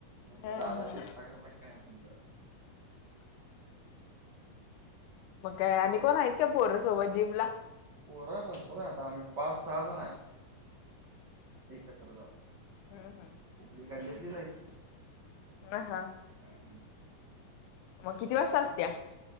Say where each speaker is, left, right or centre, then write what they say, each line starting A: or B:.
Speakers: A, on the right; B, on the left.
A: म्हणलं
B: ह
A: दादा
B: ह
A: चेष्टा करालाय काय म्हणलं.
B: मग काय आणि कोण हाईत काय पोर सोबत जिमला?
A: पोरं भरपूर हाय आता, आम्ही पाच -सहा जण हाय. एकत्र जातात,
B: हम्म हम्म
A: कुठली गल्लीतलीच हाईत.
B: ह हा
A: हम्.
B: मग किती वाजता असत्या